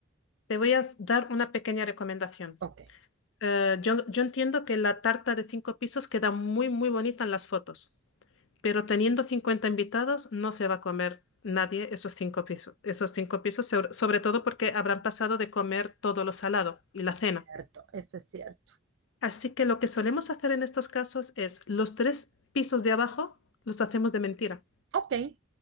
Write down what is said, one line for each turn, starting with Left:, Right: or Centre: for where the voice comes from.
Left: Te voy a dar una pequeña recomendación.
Right: Ok.
Left: Eh, yo, yo entiendo que la tarta de cinco pisos queda muy, muy bonita en las fotos, pero teniendo 50 invitados no se va a comer nadie esos cinco pisos, esos cinco pisos, sobre sobre todo porque habrán pasado de comer todo lo salado y la cena.
Right: cierto, eso es cierto.
Left: Así que lo que solemos hacer en estos casos es los tres pisos de abajo los hacemos de mentira,
Right: Ok,